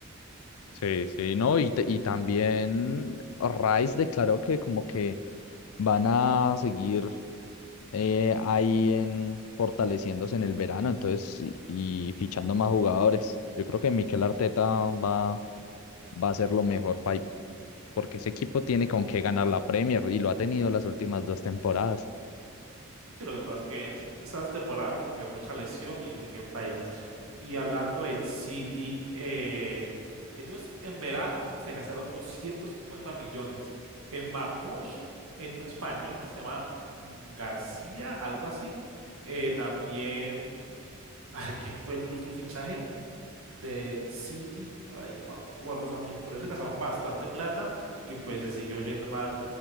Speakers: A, on the left; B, on the right.
A: Sí, sí, no, y, t- y también Rice declaró que como que van a seguir eh, ahí en fortaleciéndose en el verano, entonces, y, y fichando más jugadores. Yo creo que Mikel Arteta va, va a hacer lo mejor pa- porque ese equipo tiene con qué ganar la Premier y lo ha tenido las últimas dos temporadas.
B: Sí, lo que pasa es que es- esta temporada como que mucha lesión y así que bailas. Y hablando del City, eh, ellos en verano se gastaron 250 millones en Marmoush, en un español que se llama mm, García, algo así. Eh, también, <laughs> ay, ¿quién fue el otro fichaje del City? Ay, no me acuerdo ahora mismo, pero ellos se gastaron bastante plata y pues les siguió yendo mal